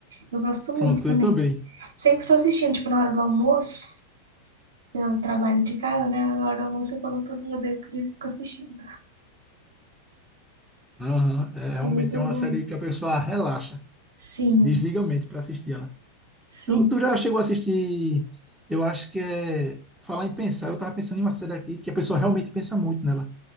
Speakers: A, on the right; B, in the centre.
A: Eu gosto muito
B: pronto,
A: também.
B: eu também.
A: Sempre tô assistindo, tipo, na hora do almoço. Eu trabalho de casa, né? Na hora do almoço eu coloco todo mundo deu o Chris e fico assistindo.
B: Aham, é realmente
A: É muito
B: é uma
A: bom.
B: série que a pessoa relaxa,
A: Sim,
B: desliga a mente para assistir ela.
A: sim.
B: Tu, tu já chegou a assistir, eu acho que é, falar em pensar, eu tava pensando em uma série aqui que a pessoa realmente pensa muito nela.